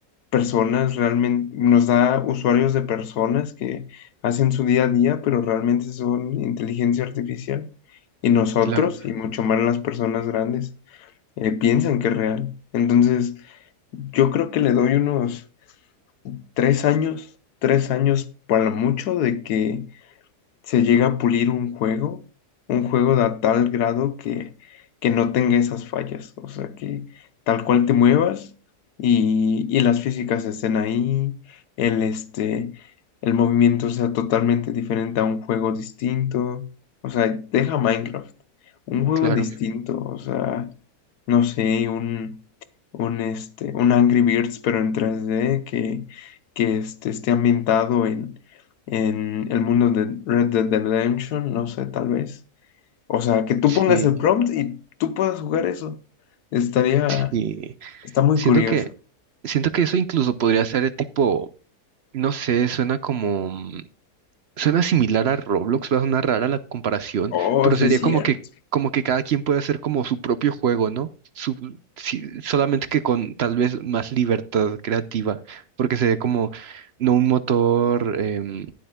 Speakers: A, on the left; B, on the right.
A: personas realmente, nos da usuarios de personas que hacen su día a día, pero realmente son inteligencia artificial. Y nosotros,
B: Claro,
A: y mucho más las personas grandes, eh, piensan que es real. Entonces, yo creo que le doy unos tres años, tres años para lo mucho de que se llega a pulir un juego, un juego de a tal grado que, que no tenga esas fallas, o sea, que tal cual te muevas y, y las físicas estén ahí, el, este, el movimiento sea totalmente diferente a un juego distinto, o sea, deja Minecraft, un juego
B: claro.
A: distinto, o sea, no sé, un, un, este, un Angry Birds, pero en tres d que, que este, esté ambientado en el mundo de Red Dead Redemption, no sé, tal vez. O sea, que tú
B: Sí,
A: pongas el prompt y tú puedas jugar eso. Estaría,
B: sí.
A: está muy
B: Siento
A: curioso.
B: que, siento que eso incluso podría ser de tipo, no sé, suena como Suena similar a Roblox, va a sonar rara la comparación,
A: Oh,
B: pero
A: sí,
B: sería
A: cierto.
B: como que, como que cada quien puede hacer como su propio juego, ¿no? Su- sí, solamente que con tal vez más libertad creativa, porque sería como no un motor, em,